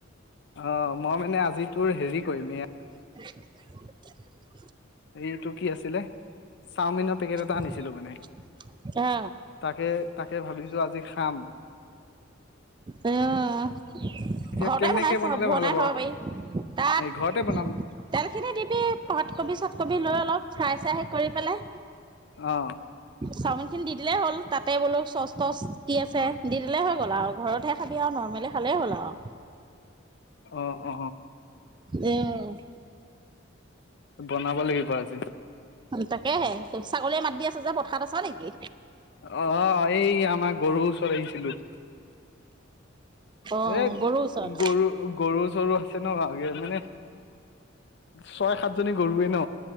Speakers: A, on the left; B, on the right.
A: অ মই মানে আজি তোৰ হেৰি কৰিম এ
B: <unintelligible>
A: এইটো কি আছিলে চাওমিনৰ পেকেট
B: অহ
A: এটা আনিছিলো মানে তাকে তাকে ভাবিছো আজি খাম
B: অহ
A: এতিয়া
B: ঘৰতে
A: কেনেকে
B: বনাইছে
A: বনালে
B: বনাই
A: ভাল হ'ব
B: খাব পাৰি তাত
A: এ ঘৰতে বনাম
B: তেলখিনি দিবি পাতকবি চাটকবি লৈ অলপ খাই চাই কৰি পেলাই
A: অ
B: চাওমিন খিনি দি দিলেই হ'ল তাতে বোলো চচ চচ কি আছে দি দিলেই হৈ গ'ল আৰু ঘৰতহে খাবি আৰু নৰ্মেলি খালেই হ'ল আৰু
A: অ অ
B: অহ
A: বনাব লাগিব আজি
B: তাকেহে ছাগলীয়ে মাত দি আছে যে পথাৰত আছা নেকি
A: অ এই আমাৰ গৰুৰ ওচৰত আহিছিলো
B: অ'
A: এ
B: গৰুৰ ওচৰত।
A: গৰু গৰু চৰু আছে ন ভালাগে মানে ছয় সাতজনী গৰুৱে ন